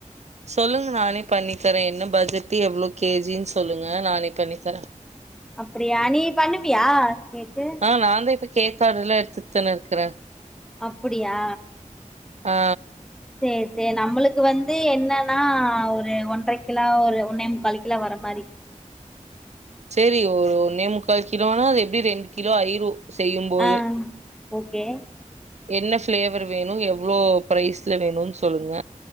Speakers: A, on the right; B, in the centre.
A: சொல்லுங்க நானே பண்ணித்தரே என்ன பட்ஜெட்டு எவ்ளோ கேஜினு சொல்லுங்க நானே பண்ணித்தரே
B: அப்டியா நீ பண்ணுவியா கேக்கு
A: ஆ நா தா இப்போ கேக் ஆர்டர்லா எடுத்துட் தானே இருக்குறே
B: அப்புடியா
A: ஆ
B: சேர் சேரி நம்மளுக்கு வந்து என்னன்னா ஒரு ஒன்றக் கிலோ ஒரு ஒன்னே முக்கால் கிலோ வர்ற மாரி
A: சேரி ஒரு ஒன்னேமுக்கால் கிலோனா அது எப்டியு ரெண்டு கிலோ ஆயிரு செய்யும்போது
B: ஆ ஓகே
A: என்ன ஃப்ளேவர் வேணு எவ்ளோ ப்ரைஸ்ல வேணுன்னு சொல்லுங்க